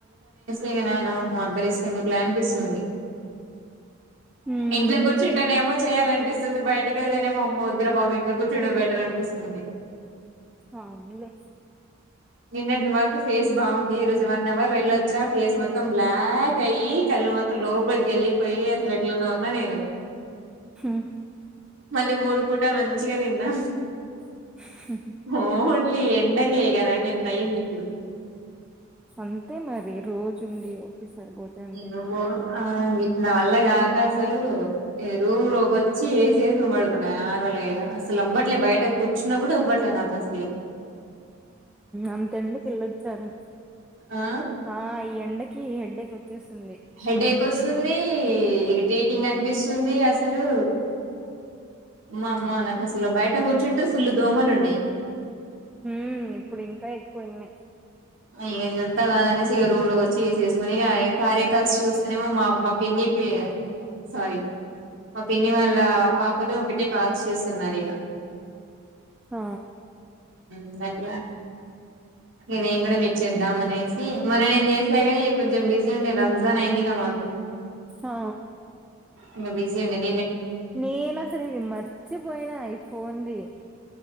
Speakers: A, on the right; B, in the centre.
A: ఇగా నేను మో అంత రిస్క్ ఎందుకని అనిపిసుంది
B: హ్మ్
A: ఇంట్లో కూర్చుంటానే ఏమో చేయాల అనిపిస్తుంది బయటిక వెళ్తేనే మో అమో వద్దురా బాబు ఇంట్లో నే కూర్చుడం బెటర్ అనిపిస్తుంది
B: అవున్ లే
A: నిన్నటి వరకు ఫేస్ బాగుంది ఈ రోజు వన్ అవర్ వెళ్ళొచ్చా ఫేస్ మొత్తం బ్లాక్ అయ్యి కళ్ళు మొత్తం లోపలికి వెళ్ళిపోయి అసలు ఎట్లానో ఉన్నా నేను
B: హ్మ్
A: మళ్ళీ మూడు పూటల మంచిగా తిన్నా
B: <inaudible>
A: హో <inaudible> ఇ ఎండకే కదా ఇంత అయ్యింది ఇప్పుడు
B: అంతే మరి రోజు ఉండి ఒకే సరిపోతే అంతే అయితద్
A: నువ్వు ఆ నా వల్ల కాక అసలు రూమ్ లోకి వచ్చి ఏససి పడుకున్న నార్మల్గా ఇక అసలు అవ్వట్లే బయట కూర్చున్న కూడా అవ్వట్లే దస్లు
B: అంతేండి కిళ్ళొచ్చారు
A: ఆ
B: ఆ అయ హెడ్డేక్ వచ్చేస్తుంది స్పాట్
A: హెడేక్ వస్తుంది
B: లో
A: ఇరిటేటింగ్ అనిపిస్తుంది అసలు
B: ఆ
A: మా అమ్మా అ నాకు సు బయట కూర్చుంటే సుల్లు దోమలు ఉన్నాయి
B: హ్మ్ ఇప్పుడు ఇంకా ఎక్కువ ఉన్నయ్
A: అయ్య ఇదంతా కాద అనేసి ఇక రూమ్ లోకి వచ్చిసేస్త కొనిగా కార్య కాల్స్ చూస్తనేమో మా మా పిన్ని సారీ మా పిన్ని వాళ్ళ పాపలు ఒకటే కాల్స్ చూస్తున్నారు ఇక
B: ఆ
A: ట్ ఇ నేను కూడా మీరు చేద్దాం అనేసి మనం ఏం చేసినా కాని కొంచె బిజీ ఉరజన్ అయింది గా మాకు
B: ఆ
A: ఇంకా బిసి జీ ఉండింది
B: నేను అసలు ఇది మర్చిపోయినా అయిపోన్ది